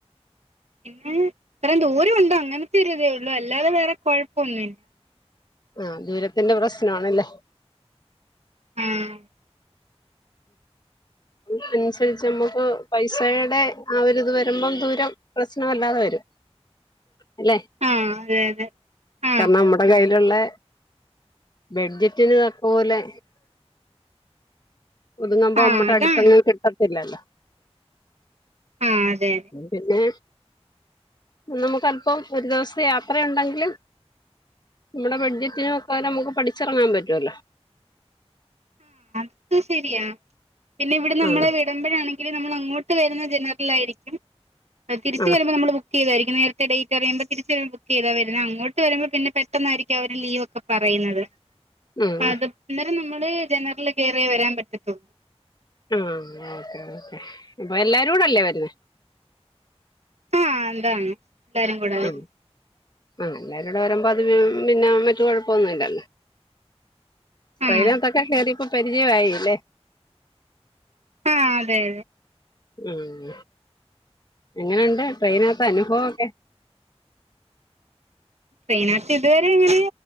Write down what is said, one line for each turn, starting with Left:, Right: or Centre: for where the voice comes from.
Right: പിന്നെ ഇത്രം ദൂരം ഉണ്ട് അങ്ങനത്തെ ഒരു ഇതേ ഉള്ളൂ അല്ലാതെ വേറെ കൊഴപ്പവൊന്നുമില്ല
Left: ആഹ് ദൂരത്തിന്റെ പ്രശ്നം ആണല്ലേ
Right: ആഹ്
Left: അതനുസരിച്ച് നമ്മുക്ക് പൈസയുടെ ആ ഒരിത് വരുമ്പം ദൂരം പ്രശ്നവല്ലാതെ വരും അല്ലേ
Right: ആഹ് അതെ അതെ ആഹ്
Left: കാരണം നമ്മടെ കയ്യിലുള്ളെ ബെഡ്ജറ്റിന് തക്ക പോലെ ഒതുങ്ങമ്പോ
Right: ആഹ്
Left: നമ്മടെ
Right: അതാണ്
Left: അടുത്തങ്ങ് കിട്ടത്തില്ലല്ലോ
Right: അതെ അതെ
Left: പിന്നെ നമുക്ക് അല്പം ഒരു ദിവസത്തെ യാത്രയുണ്ടെങ്കിലും നമ്മുടെ ബഡ്ജറ്റനൊത്ത പോലെ നമുക്ക് പഠിച്ചിറങ്ങാൻ പറ്റുവല്ലോ
Right: അതും ശരിയാ പിന്നെ ഇവിടെ നമ്മളെ
Left: ആഹ്
Right: വിടുമ്പോഴാണെങ്കിൽ നമ്മൾ അങ്ങോട്ട് വരുന്ന ജനറൽ ആരിക്കും തിരിച്ച്
Left: ആഹ്
Right: വരുമ്പോൾ നമ്മള് ബു ക്ക്‌ ചെയ്തായിരിക്കും നേത്തെ ഡേറ്റ് അറിയുമ്പോ തിരിച്ചും ബുക്ക് ചെയ്താ വരുന്നെ അങ്ങോട്ട് വരുമ്പോ പിന്നെ പെട്ടന്നായിരിക്കും അവര് ലീവൊക്കെ പറയുന്നത്
Left: ആഹ്
Right: അപ്പ അത് അന്നേരം നമ്മള് ജനറൽ കയറിയേ വരാൻ പറ്റത്തുള്ളൂ
Left: ആഹ് ഓക്കേ ഓക്കേ അപ്പൊ എല്ലാരുടെ അല്ലേ വരുന്നേ
Right: ആഹ് അതാണ് എല്ലാരും കൂടെ വരുന്നെ
Left: ഉം ആഹ് എല്ലാരും കൂടെ വരുമ്പോ അതിന് പിന്നെ മറ്റ് കൊഴപ്പവൊന്നും ഇല്ലല്ലോ ട്രെയിനത്തൊക്കെ
Right: ആഹ്
Left: കയറി ഇപ്പോ പരിചയവായി അല്ലേ
Right: ആഹ് അതെ
Left: ഉം എങ്ങനെയുണ്ട് ട്രെയിനാത്തെ അനുഭവം ഒക്കെ
Right: ട്രെയിനകത്ത് ഇതുവരെ അങ്ങനെ